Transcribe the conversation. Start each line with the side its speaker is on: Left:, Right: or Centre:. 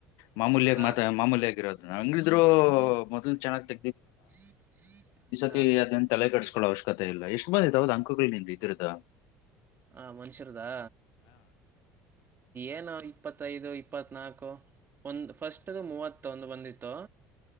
Left: ಮಾಮೂಲ್ಯಾಗ
Right: ಹಾ
Left: ಮಾತ ಮಾಮೂಲ್ಯಗ ಇರೋದು ಂಗಿದ್ರು ಮೊದ್ಲು ಚೆನ್ನಾಗ್ತ
Right: ಹ್ಮ ಹ್ಮ
Left: ತಿ ಅದನ್ನ ತಲೆ ಕಡಸ್ಕೊಳ್ಳೋ ಅವಶ್ಯಕ ಇಲ್ಲ ಎಷ್ಟ ಬಂದ ಇದಾವದ ಅಂಕಗಳು ನಿಿಂದ ಇದ್ರದ
Right: ಹ ಮನುಷ್ಯರದಾ ಏನು ಇಪ್ಪತ್ತೈದು ಇಪ್ಪತ್ನಾಲ್ಕು ಒಂದು ಫಸ್ಟ್ ಮೂವತ್ತ ಒಂದು ಬಂದಿತ್ತು